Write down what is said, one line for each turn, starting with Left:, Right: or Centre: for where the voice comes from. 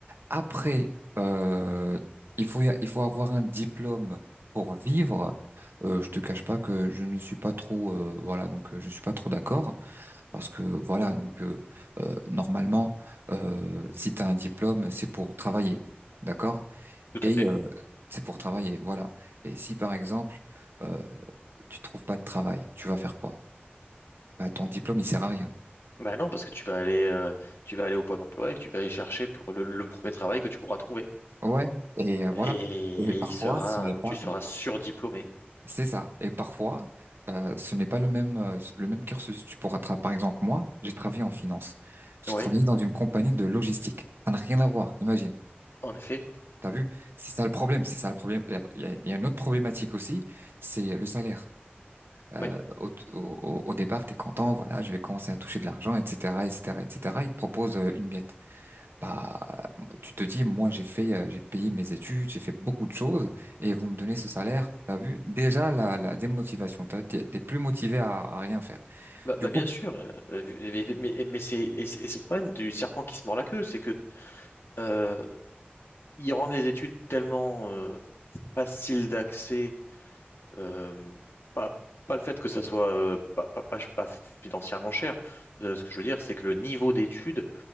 Right: Après, euh, il faut y a- il faut avoir un diplôme pour vivre. Euh, je te cache pas que je ne suis pas trop euh, voilà donc euh, je suis pas trop d'accord parce que voilà donc euh, euh, normalement euh, si tu as un diplôme c'est pour travailler d'accord
Left: Tout
Right: et
Left: à fait.
Right: euh, c'est pour travailler voilà et si par exemple euh, tu trouves pas de travail tu vas faire quoi bah ton diplôme il sert à rien
Left: Bah non, parce que tu vas aller, euh, tu vas aller au Pôle emploi et tu vas aller chercher pour le, le premier travail que tu pourras trouver.
Right: Ouais, et euh, voilà.
Left: Et,
Right: Et
Left: et
Right: parfois,
Left: il sera,
Right: ce n'est pas,
Left: tu seras surdiplômé.
Right: c'est ça. Et parfois, euh, ce n'est pas le même, euh, le même cursus. Tu pourras, tra- par exemple, moi, j'ai travaillé en finance. J'ai
Left: Oui.
Right: travaillé dans une compagnie de logistique. Ça n'a rien à voir, imagine.
Left: En effet,
Right: T'as vu? C'est ça le problème. C'est ça le problème. Il y a, il y a- il y a une autre problématique aussi, c'est le salaire. Euh,
Left: oui.
Right: au, au, au départ, t'es content, voilà, je vais commencer à toucher de l'argent, etc., etc., etc. Ils te proposent euh, une miette. Bah, tu te dis, moi, j'ai fait, euh, j'ai payé mes études, j'ai fait beaucoup de choses, et vous me donnez ce salaire, t'as vu? Déjà, la, la démotivation, t'as- t'es t'es plus motivé à, à rien faire.
Left: Bah, bah,
Right: Du coup,
Left: bien sûr. euh, Mais, mais- mais c'est et c'est- et c'est le problème du serpent qui se mord la queue, c'est que euh, ils rendent les études tellement euh, faciles d'accès, euh, pas, pas le fait que ça soit euh, pas, pas, pas, pas financièrement cher. Euh, ce que je veux dire, c'est que le niveau d'études,